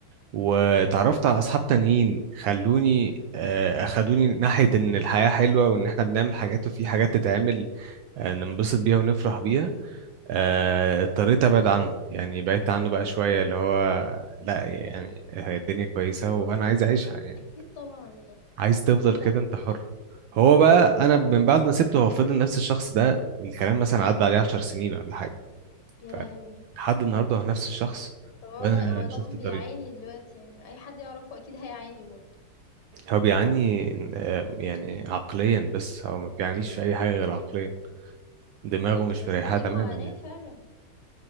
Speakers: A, on the right; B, on the left.
A: واتعرفت على أصحاب تانيين خلوني آه، أخدوني ناحية إن الحياة حلوة وإن إحنا بنعمل حاجات وفي حاجات تتعمل آه، ننبسط بيها ونفرح بيها آه، اضطريت أبعد عنه يعني بعدت عنه بقى شوية اللي هو لا يعني هي الدنيا كويسة وأنا عايز أعيشها يعني
B: أكيد طبعا يعني
A: عايز تفضل
B: أكيد
A: كده
B: طبعا
A: انت حر هو بقى انا من بعد ما سبته هو فضل نفس الشخص ده الكلام مثلا عدى عليه 10 سنين ولا حاجه
B: يا
A: فعلا
B: لهوي
A: لحد النهارده هو نفس الشخص
B: طبعا
A: وانا
B: هو طبعا
A: شفت
B: بيعاني
A: طريق
B: دلوقتي يعني أي حد يعرفه أكيد هيعاني برضه
A: هو بيعاني آه، يعني عقليا بس هو ما بيعانيش في اي حاجه غير عقليا دماغه مش
B: بس
A: مريحه
B: دي
A: تماما
B: معاناة
A: يعني
B: فعلا